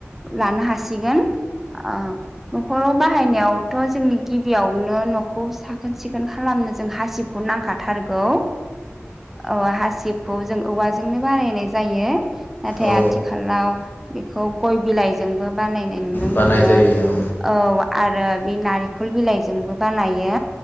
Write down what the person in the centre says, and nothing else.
लानो हासिगोन ओ न'खराव बाहायनायावथ' जोंनि गिबियावनो न'खौ साखोन सिखोन खालामनो जों हासिबखौ नांखाथारगौ औ हासिब जों औवा जोंनो बानाय नायनाय जायो। नाथाय
आथिखालाव बेखौ गय बिलाइजोंबो बानाय नायनाय नुनो
मोनो
औ आरो बे नारिखल बिलाइजोंबो बानायो।